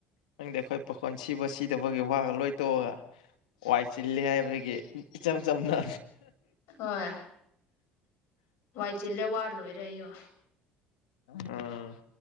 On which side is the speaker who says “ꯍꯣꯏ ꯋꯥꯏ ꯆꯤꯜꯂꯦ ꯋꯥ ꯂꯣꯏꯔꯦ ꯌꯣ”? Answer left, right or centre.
Left